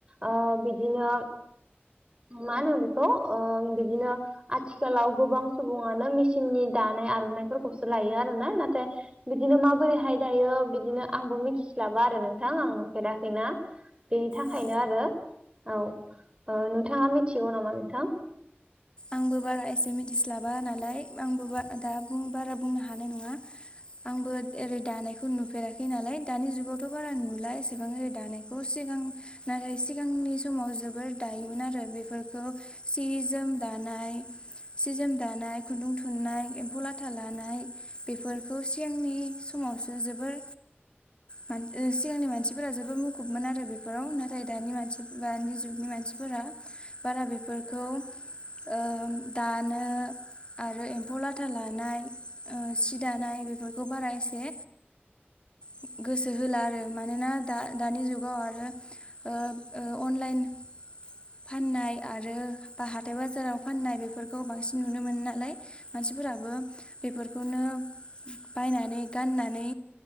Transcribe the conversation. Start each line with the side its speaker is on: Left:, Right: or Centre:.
Right: ओ बिदिनो मा होनो बे खौ ओ बिदिनो आथिखालाव गोबां सुबुङानो मेचिननि दानाय आर'नाफोरखौसो लायो आरो ना नाथाय। बिदिनो माबोरैहाय दायो बिदिनो आंबो मिथिस्लाबा आरो नोंथां आं नुफेराखैना। बेनि थाखायनो
Left: औ
Right: आरो औ ओ नोंथाङा मिथिगौ नामा नोंथां?
Left: आंबो बारा एसे मिथिस्लाबा नालाय आंबो बारा दा बुंनो हानाय नङा। आंबो ओरै दानायखौ नुफेराखै नालाय दानि जुगावथ' बारा नुला एसे एसेबां ओरै दानायखौ सिगां नाथाय सिगांनि समाव जोबोर दायोमोन आरो बेफोरखौ सि जोम दानाय सि जोम दानाय खुन्दुं थुननाय एम्फौ लाथा लानाय बेफोरखौ सिगांनि समावसो जोबोर <unintelligible> सिगांनि मानसिफोरा जोबोर मुखुबमोन आरो बे बेफोराव नाथाय दानि मानसि दानि जुगनि मानसिफोरा बारा बेफोरखौ ओ दानो आरो एम्फौ लाथा लानाय सि दानाय बेफोरखौ बारा एसे <unintelligible> गोसो होला आरो मानोना दा दानि जुगाव आरो ओ ओ अनलाइन फाननाय आरो बा हाथाय बाजाराव फाननाय बेफोरखौ बांसिन नुनो मोनो नालाय। मानसिफोराबो बेफोरखौनो बायनानै गाननानै